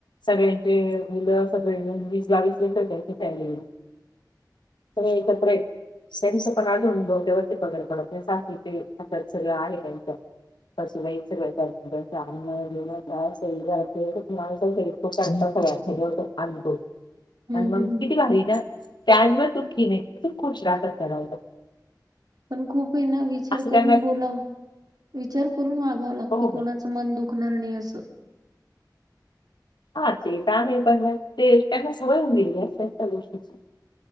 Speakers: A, on the left (about 85°); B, on the right (about 60°).
A: सगळ्यांचे मुलं सगळे मिळून वीस बाविस सगळ्याची फॅमिली. सगळे एकत्रय अजून <unintelligible> त्यांचे पण डोक्यावरून पदर पडत नाही सासूचे हातात सगळ आहे त्यांच्या. सासुबाईच सगळं करतात आणणं लेन काय असेल घरातले एवढे माणसांच. तो स्वयंपाक घरातला सगळं आणतो.
B: <inaudible>
A: आणि मग
B: हम्म
A: किती भारी ना त्या आईनवरचूक केली किती खुश राहतात बायका.
B: पण खूप हेना विचार
A: असं
B: करून
A: त्यांना
B: बोला विचार करून वागाव लागत
A: हो
B: कोणाच. च मन दुखणार नाही असं.
A: हा, ते तर आहे पण मग ते त्यांना सवय होऊन गेली असल्या गोष्टींची.